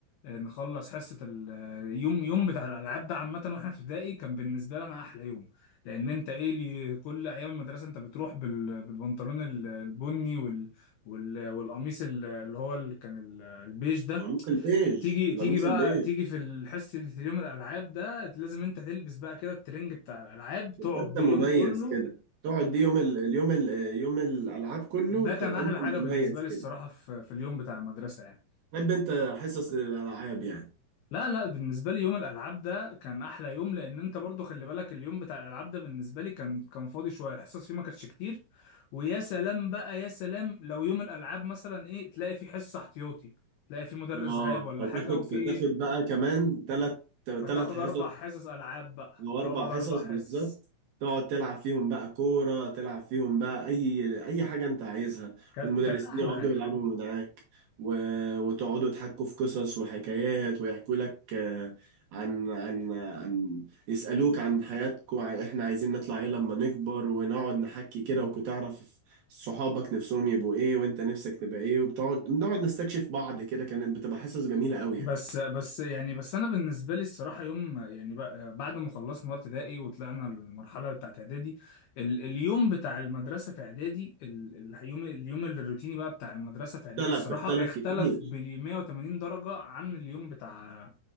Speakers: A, on the left; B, on the right.
A: نخلص حصه اليوم يوم يوم بتاع الالعاب ده عامه واحنا في ابتدائي كان بالنسبه لنا احلى يوم لان انت ايه اللي كل ايام المدرسه انت بتروح بال- بالبنطلون ال- البني وال وال والقميص ال- اللي هو اللي كان ال- البيج ده
B: القميص البيج
A: تيجي
B: القميص
A: تيجي بقى
B: البيج
A: تيجي في الحصه اللي في اليوم الالعاب ده لازم انت تلبس بقى كده الترنج بتاع الالعاب تقعد
B: تبقى انت
A: بيه
B: مميز
A: اليوم كله
B: كده تقعد دي يوم ال... اليوم ال... يوم الالعاب كله
A: ده
B: تبقى
A: كان احلى
B: انت المميز
A: حاجه بالنسبه لي الصراحه
B: كده
A: في في اليوم بتاع المدرسه يعني
B: تحب انت حصص الالعاب يعني
A: لا لا بالنسبة لي يوم الألعاب ده كان أحلى يوم لأن أنت برضو خلي بالك اليوم بتاع الألعاب ده بالنسبة لي كان كان فاضي شوية الحصص فيه ما كانتش كتير ويا سلام بقى يا سلام لو يوم الألعاب مثلا إيه تلاقي فيه حصة احتياطي تلاقي فيه مدرس
B: اه
A: غايب ولا
B: فتاخد
A: حاجة وفي
B: فتاخد
A: إيه
B: بقى كمان ثلاث ثلاث
A: هتاخد
B: حصص
A: أربع حصص ألعاب بقى
B: او
A: تقعد
B: اربع حصص
A: أربع حصص
B: بالظبط تقعد تلعب فيهم بقى كوره تلعب فيهم بقى اي اي حاجه انت عايزها
A: كانت
B: والمدرسين
A: كانت أحلى
B: يقعدوا
A: حاجة
B: يلعبوا معاك و... وتقعدوا تحكوا في قصص وحكايات ويحكوا لك آه، عن عن عن يسألوك عن حياتكم احنا عايزين نطلع ايه لما نكبر ونقعد نحكي كده وكنت تعرف صحابك نفسهم يبقوا ايه وانت نفسك تبقى ايه وبتقعد نقعد نستكشف بعض كده كانت بتبقى حصص جميلة قوي
A: بس
B: يعني
A: بس يعني بس انا بالنسبه لي الصراحه يوم يعني ب- بعد ما خلصنا بقى ابتدائي وطلعنا المرحله بتاعت اعدادي ال- اليوم بتاع المدرسه في اعدادي ال- ال- اليوم اليوم الروتيني بقى بتاع المدرسه في اعدادي
B: اختلف
A: الصراحه
B: اختلف
A: اختلف
B: كتير
A: ب 180 درجه عن اليوم بتاع